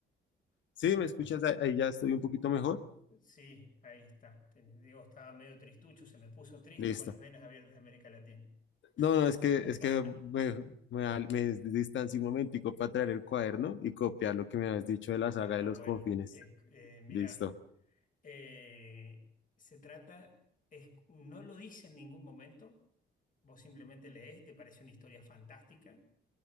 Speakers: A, on the left (about 70°); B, on the left (about 40°).
A: Sí, ¿me escuchas? Ahí ahí ya estoy un poquito mejor.
B: Sí, ahí está. Te- digo, estaba medio tristucho, se me puso triste
A: Listo.
B: con las venas abiertas de América Latina. <laughs>
A: No, no, es que, es que me, me, al- me distancié un momentico para traer el cuaderno y copiar lo que me has dicho de la saga
B: Ah,
A: de los
B: bueno,
A: confines.
B: eh, eh, mirá.
A: Listo.
B: Eh, se trata, es- no lo dice en ningún momento, vos simplemente lees y te parece una historia fantástica